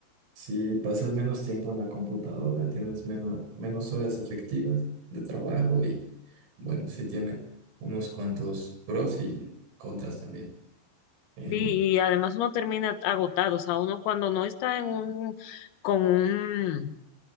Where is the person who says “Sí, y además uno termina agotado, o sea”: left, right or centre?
Left